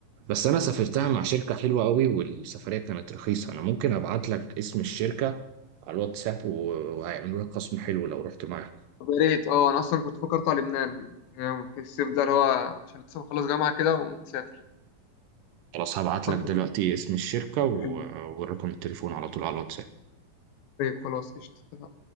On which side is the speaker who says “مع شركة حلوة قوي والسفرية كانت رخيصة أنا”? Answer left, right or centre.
Right